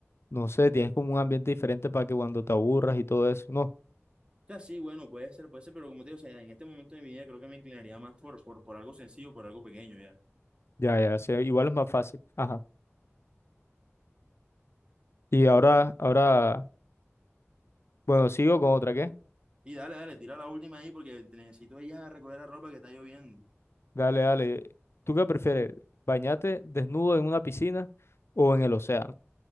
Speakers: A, on the left (about 60°); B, on the right (about 20°).
A: No sé, tienes como un ambiente diferente para que cuando te aburras y todo eso. No,
B: O sea, sí, bueno, puede ser, puede ser, pero como te digo, o sea, en este momento de mi vida creo que me inclinaría más por, por, por algo sencillo, por algo pequeño ya.
A: ya, ya, sí, igual es más fácil. Ajá. Y ahora, ahora, bueno, sigo con otra, ¿qué?
B: Y dale, dale, tira la última ahí porque necesito ir a recoger la ropa que está lloviendo.
A: Dale, dale. ¿Tú qué prefieres? ¿Bañarte desnudo en una piscina o en el océano?